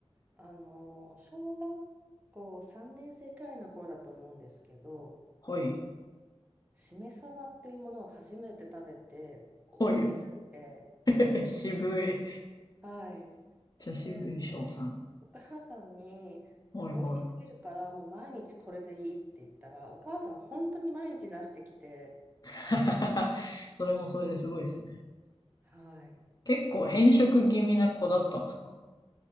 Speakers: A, on the right; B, on the left.
A: あの小学校3年生くらいの頃だと思うんですけど、
B: はい。
A: しめ鯖っていうものを初めて食べて、美味しすぎて、
B: はい。<laughs> 渋い。
A: はい。
B: じゃ、渋い翔さん。
A: で、お母さんに、
B: はいはい。
A: 美味しすぎるから、もう毎日これでいいって言ったら、お母さん本当に毎日出してきて、
B: <laughs> それもそれですごいですね。
A: はい。
B: 結構変色気味な子だったんですかっ